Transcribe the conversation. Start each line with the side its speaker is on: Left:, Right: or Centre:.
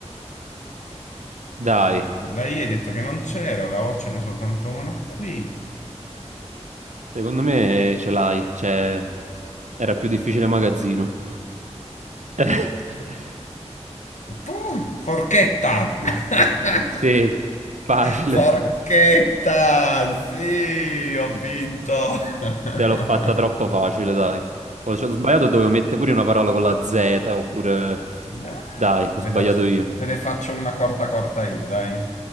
Right: Dai.
Left: la I hai detto che non c'era, la O ce n'è soltanto una qui.
Right: Secondo me eh, ce l'hai, cioè era più difficile magazzino. <laughs>
Left: Puh, forchetta! <laughs>
Right: Sì, facile.
Left: Forchetta! Sì, ho vinto! <laughs>
Right: Te l'ho fatta troppo facile, dai. Ho, cioè, ho sbagliato, dovevo mettere pure una parola con la Z, oppure...
Left: Ah,
Right: Dai,
Left: Te
Right: ho
Left: ne
Right: sbagliato
Left: faccio,
Right: io.
Left: te ne faccio una corta corta io, dai.